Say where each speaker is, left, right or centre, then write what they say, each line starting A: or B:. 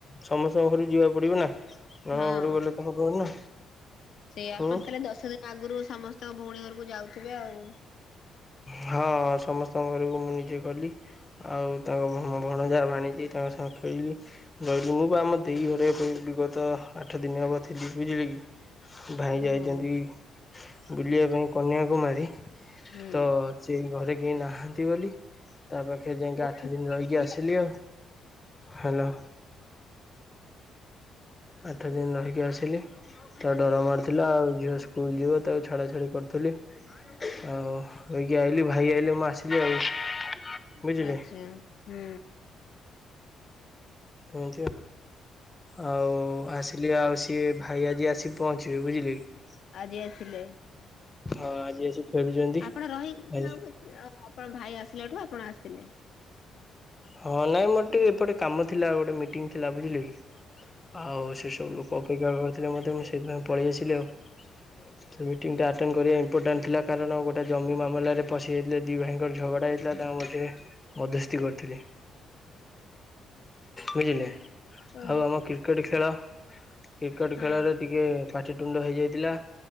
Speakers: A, on the left; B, on the left.
A: ସମସ୍ତଙ୍କ ଘରୁ ଯିବା ପଡିବ ନା ନ
B: ହଁ
A: ଘରୁ ଗଲେ ତାଙ୍କ ଘର ନା।
B: ସେଇ ଆପଣ
A: ହୁଁ।
B: ତାହେଲେ ଦଶ ଦିନ ଆଗରୁ ସମସ୍ତଙ୍କ ଭଉଣୀ ଘରକୁ ଯାଉଥିବେ ଆଉ।
A: ହଁ ସମସ୍ତଙ୍କ ଘରକୁ ମୁଁ ନିଜେ ଗଲି ଆଉ ଯାହା ଭଣଜା ଭାଣିଜୀ ତାଙ୍କ ସାଙ୍ଗ ଖେଳିଲି ରହିଲି ମୁଁ ବି ଆମ ଦେଇ ଘରେ ବିଗତ ଆଠ ଦିନ ହେବ ଥିଲି ବୁଝିଲି କି। ଭାଇ
B: ଓହୋ
A: ଯାଇଛନ୍ତି ବୁଲିବା ପାଇଁ କନ୍ୟାକୁମାରୀ।
B: ହୁଁ
A: ତ ସେ ଘରେ କେହି ନାହାନ୍ତି ବୋଲି ତା ପାଖେ ଯାଇକି
B: ହୁଁ
A: ଆଠ ଦିନ ରହିକି ଆସିଲି ଆଉ। ହ୍ୟାଲୋ। ଆଠ ଦିନ ରହିକି ଆସିଲି ତାର ଡର ମାରିଥିଲା ଆଉ ଝିଅ ସ୍କୁଲ ଯିବ ତାକୁ ଛାଡ ଛୁଡି କରି ଥିଲି ଆଉ ଭାଇ ଆଇଲେ ମୁଁ ଆସିଲି ଆଉ। ବୁଝିଲେ
B: ଆଚ୍ଛା ହୁଁ।
A: ହୁଁ ଏମିତି ଆଉ ଆସିଲି ଆଉ ସିଏ ଭାଇ ଆଜି ଆସି ପହଞ୍ଚିବେ ବୁଝିଲେ କି?
B: ଆଜି ଆସିଲେ?
A: ହଁ ଆଜି ଆସି ଫେରୁଛନ୍ତି।
B: ଆପଣ ରହି
A: ଆଜି
B: ଆଉ ଆପଣ ଭାଇ ଆସିଲା ଠୁ ଆପଣ ଆସିଲେ?
A: ହଁ ନାଇଁ ମୋର ଟିକେ ଏପଟେ କାମ ଥିଲା ଗୋଟେ ମିଟିଂ ଥିଲା ବୁଝିଲେ କି? ଆଉ ସେ ସବୁ ଲୋକ ଅପେକ୍ଷା କରିଥିଲେ ମୋତେ ମୁଁ ସେଇଥିପାଇଁ ପଳେଇ ଆସିଲି ଆଉ। ସେ ମିଟିଂ ଟା ଆଟେଣ୍ଡ କରିବା ଇମ୍ପୋର୍ଟାଣ୍ଟ ଥିଲା କାରଣ ଗୋଟେ ଜମି ମାମଲାରେ ପଶିଯାଇଥିଲେ ଦୁି ଭାଇଙ୍କର ଝଗଡ଼ା ଥିଲା ତାଙ୍କ ମଝିରେ ମଧ୍ୟସ୍ଥି କରିଥିଲି ବୁଝିଲେ।
B: ଓହୋ
A: ଆଉ ଆମ କ୍ରିକେଟ ଖେଳ କ୍ରିକେଟ
B: ହଁ
A: ଖେଳରେ ଟିକେ ପାଟିିତୁଣ୍ଡ ହେଇଯାଇଥିଲା।